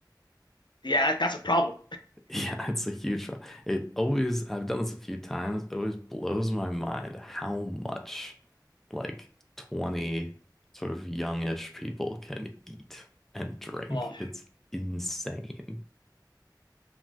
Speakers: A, on the left; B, in the centre.
A: Yeah, that, that's a problem.
B: Yeah, it's a huge one. It always, I've done this a few times, it always blows my mind how much like 20 sort of youngish people can eat and drink.
A: Oh,
B: It's insane.